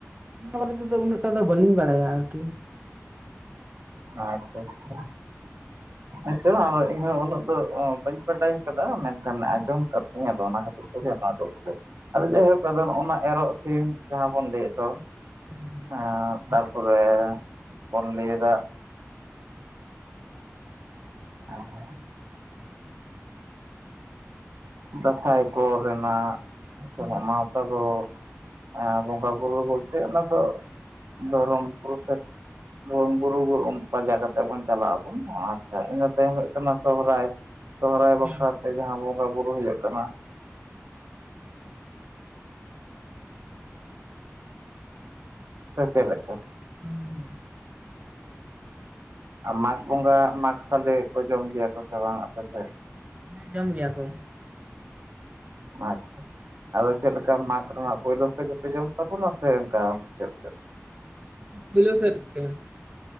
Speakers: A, on the right; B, on the right.
A: ᱱᱚᱣᱟ ᱵᱟᱨᱮ ᱛᱮ ᱫᱚ ᱩᱱᱟᱹᱜ ᱴᱟ ᱫᱚ ᱵᱟᱞᱤᱧ ᱵᱟᱲᱟᱭᱟ ᱟᱨ ᱠᱤ
B: ᱟᱪᱪᱷᱟ ᱟᱪᱪᱷᱟ
A: <unintelligible>
B: ᱟᱪᱪᱷᱟ ᱟᱫᱚ ᱤᱧ ᱦᱚᱸ ᱩᱱᱟᱹᱜ ᱫᱚ ᱵᱟᱹᱧ ᱵᱟᱰᱟᱭ ᱟᱠᱟᱫᱟ ᱢᱮᱱ ᱠᱷᱟᱱ ᱟᱸᱡᱚᱢ ᱟᱠᱟᱫ ᱤᱧ ᱟᱫᱚ ᱚᱱᱟ ᱠᱷᱟᱹᱛᱤᱨ <unintelligible> ᱟᱫᱚ ᱡᱟᱭ ᱦᱚᱠ ᱱᱚᱜ ᱱᱚᱣᱟ ᱮᱨᱚᱜ ᱥᱤᱢ ᱡᱟᱦᱟᱸ ᱵᱚᱱ ᱞᱟᱹᱭᱮᱫ ᱫᱚ
A: ᱦᱩᱸ
B: ᱦᱮᱸ ᱛᱟᱨᱯᱚᱨᱮ ᱵᱚᱱ ᱞᱟᱹᱭ ᱫᱟ <unintelligible> ᱫᱟᱸᱥᱟᱭ ᱠᱚᱨᱮ ᱨᱮᱱᱟᱜ ᱥᱮ
A: ᱦᱩᱸ
B: ᱜᱟᱶᱛᱟ ᱠᱚ ᱟᱨ ᱵᱚᱸᱜᱟ ᱵᱩᱨᱩ ᱵᱚᱞᱛᱮ ᱚᱱᱟ ᱫᱚ ᱫᱷᱚᱨᱚᱢ ᱠᱩ ᱥᱮ ᱵᱩᱨᱩ ᱯᱟᱡᱟ ᱠᱟᱛᱮ ᱵᱚᱱ ᱪᱟᱞᱟᱜ ᱟᱵᱚᱱ ᱟᱪᱪᱷᱟ ᱤᱱᱟᱹ ᱛᱟᱭᱚᱢ ᱦᱩᱭᱩᱜ ᱠᱟᱱᱟ ᱥᱚᱨᱦᱟᱭ ᱥᱚᱦᱨᱟᱭ
A: ᱦᱩᱸ
B: ᱵᱟᱠᱷᱨᱟᱛᱮ ᱡᱟᱦᱟᱸ ᱵᱚᱸᱜᱟ ᱵᱩᱨᱩ ᱦᱩᱭᱩᱜ ᱠᱟᱱᱟ ᱥᱮ ᱪᱮᱫ ᱞᱮᱠᱟ
A: ᱦᱩᱸ
B: ᱟᱨ ᱢᱟᱜᱽ ᱵᱚᱸᱜᱟ ᱢᱟᱜᱽ ᱥᱚᱞᱮ ᱠᱚ ᱡᱚᱢ ᱜᱮᱭᱟ ᱠᱚ ᱥᱮ ᱵᱟᱝ ᱟᱯᱮ ᱥᱮᱫ?
A: ᱦᱮᱸ ᱡᱚᱢ ᱜᱮᱭᱟ ᱠᱚ ᱾
B: ᱟᱪᱪᱷᱟ ᱟᱫᱚ ᱪᱮᱫ ᱞᱮᱠᱟ ᱢᱟᱜᱽ ᱨᱮᱱᱟᱜ ᱯᱳᱭᱞᱳ ᱥᱮᱫ ᱜᱮ ᱯᱮ ᱡᱚᱢ ᱛᱟᱵᱚᱱᱟ ᱥᱮ ᱚᱱᱠᱟ ᱪᱮᱫ ᱪᱮᱫ
A: ᱵᱤᱞᱤ ᱥᱮᱫ ᱜᱮ